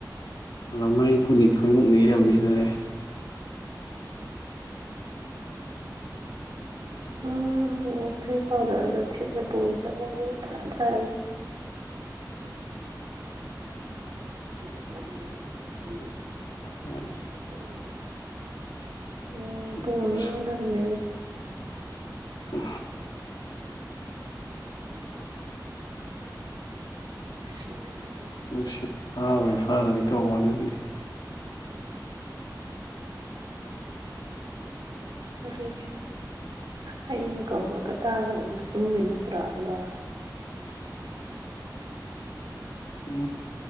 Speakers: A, on the left (about 75°); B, on the right (about 90°).
A: ꯂꯃꯥꯏ ꯀꯨꯟꯅꯤꯊꯣꯏꯃꯨꯛꯅ ꯏꯔꯝꯃꯤꯁꯤꯗꯔꯦ
B: ꯎꯝ ꯄꯥꯎꯗꯔ ꯄꯣ ꯊ ꯊ <unintelligible> ꯑꯩꯒꯤꯗꯤꯅꯗꯤ ꯑꯩꯗꯤ ꯃꯔꯛꯇꯊꯣꯛꯈ꯭ꯔꯕꯅꯦꯕ
A: ꯌꯥꯅꯤ
B: ꯎꯝ
A: ꯊꯛꯇ꯭ꯔꯁꯨ
B: ꯊꯨꯃꯤ ꯍꯗꯔꯃꯦ
A: ꯎ
B: ꯏ
A: ꯇꯨꯡꯁꯤꯠ ꯐꯥꯕꯣꯏ ꯐꯥꯗꯣꯏ ꯇꯧꯕ ꯑꯗꯨꯒꯤ
B: ꯐꯔꯒꯦ ꯑꯩꯅ ꯀꯧꯕ ꯀꯇꯥꯗ ꯇꯨꯝꯃꯤ ꯅꯠꯇ꯭ꯔꯣ ꯑꯗꯨꯒ
A: ꯎ